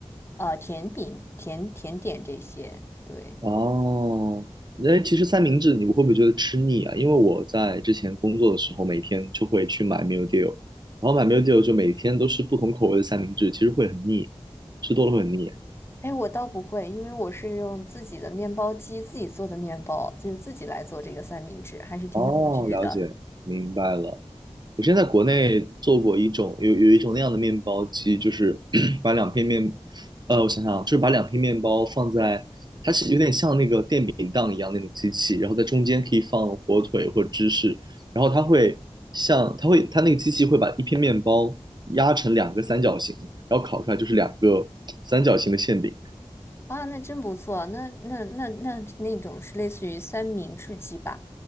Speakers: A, on the left; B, on the right.
A: 呃，甜饼、甜甜点这些，对。
B: 哦，哎，其实三明治你会不会觉得吃腻啊？因为我在之前工作的时候，每天就会去买 meal deal，然后买 meal deal 就每天都是不同口味的三明治，其实会很腻，吃多了会很腻。
A: 哎，我倒不会，因为我是用自己的面包机自己做的面包，就是自己来做这个三明治，还是挺有趣的
B: 哦，了解，明白了。我之前在国内做过一种有有一种那样的面包机，就是 <clears throat> 把两片面，呃，我想想啊，就是把两片面包放在它是有点像那个电饼铛一样那种机器，然后在中间可以放火腿或芝士，然后它会像它会它那个机器会把一片面包压成两个三角形，然后烤出来就是两个三角形的馅饼。
A: 啊。那真不错，那那那那那种是类似于三明治机吧？